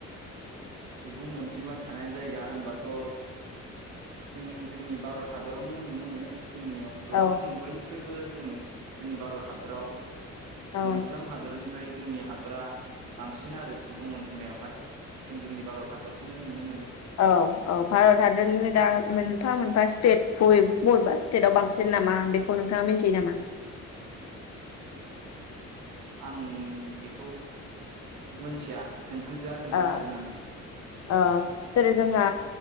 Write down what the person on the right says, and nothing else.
सुबुं अनजिमा थानाय जायगा होनबाथ' जों जोंनि भारत हादरावनो नुनो मोनो । जोंनियाव गोबांसिन
बयनिख्रुइबो जोङो जोंनि भारत हादराव
मोनफ्रोम हादरनि ओमफ्राय जोंनि हादरा बांसिन आरो सुबुं अनजिमायावहाय जों जोंनि भारत हादरखौनो नुनो मोनो ।
आं बेखौ मोनथिया। नोंथांजोआ खोन्थानो
हागोन नामा